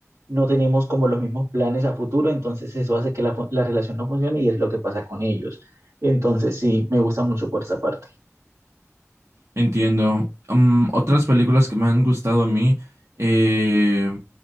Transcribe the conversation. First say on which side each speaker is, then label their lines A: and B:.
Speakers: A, on the right; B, on the right.
A: No tenemos como los mismos planes a futuro, entonces eso hace que la, fu- la relación no funcione y es lo que pasa con ellos. Entonces sí, me gusta mucho por esa parte.
B: Entiendo. Mm, otras películas que me han gustado a mí eh,